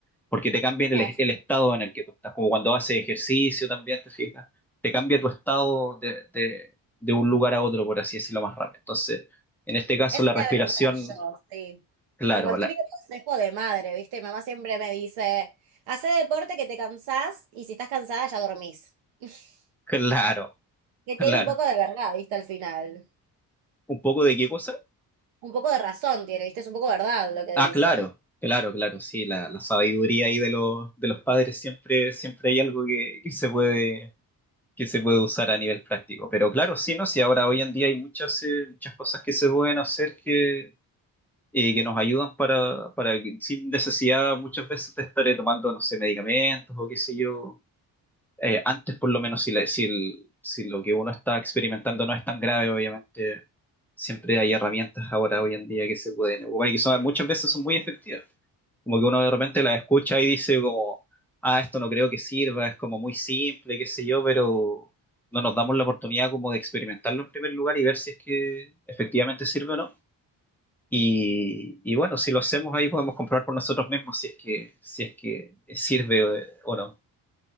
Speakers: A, in the centre; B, on the right.
A: porque te cambia el,
B: Mira,
A: el estado en el que tú estás, como cuando haces ejercicio también, te fijas, te cambia tu estado de, de- de un lugar a otro, por así decirlo, más rápido. Entonces, en este caso,
B: Eso
A: la respiración,
B: te voy a preguntar yo, sí.
A: claro,
B: Como el
A: la-
B: típico consejo de madre, ¿viste? Mi mamá siempre me dice, hace deporte que te cansás y si estás cansada ya dormís. <laughs>
A: claro,
B: Que
A: claro.
B: tiene un poco de verdad, ¿viste? Al final.
A: ¿Un poco de qué cosa?
B: Un poco de razón tiene, ¿viste? Es un poco verdad lo que
A: Ah,
B: dice.
A: claro, claro, claro, sí, la, la sabiduría ahí de los, de los padres siempre, siempre hay algo que, que se puede, que se puede usar a nivel práctico. Pero claro, sí, ¿no? Sí, ahora hoy en día hay muchas, eh, muchas cosas que se pueden hacer que, eh, que nos ayudan para, para, que- sin necesidad muchas veces de estar eh, tomando, no sé, medicamentos o qué sé yo. Eh, antes, por lo menos, si, la- si, el- si lo que uno está experimentando no es tan grave, obviamente, siempre hay herramientas ahora, hoy en día, que se pueden ocupar y que son, muchas veces son muy efectivas. Como que uno de repente la escucha y dice como, ah, esto no creo que sirva, es como muy simple, qué sé yo, pero no nos damos la oportunidad como de experimentarlo en primer lugar y ver si es que efectivamente sirve o no. Y, y bueno, si lo hacemos ahí podemos comprobar por nosotros mismos si es que, si es que sirve o, o no.